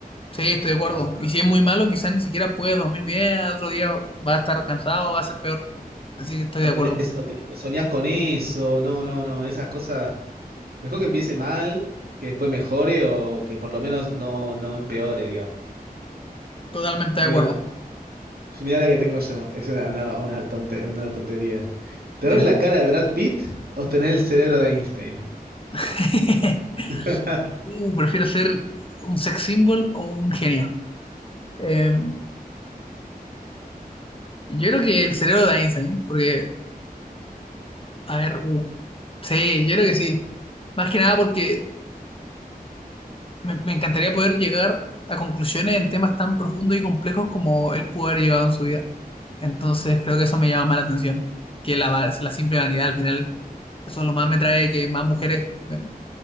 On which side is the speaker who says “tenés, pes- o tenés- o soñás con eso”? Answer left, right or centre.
Right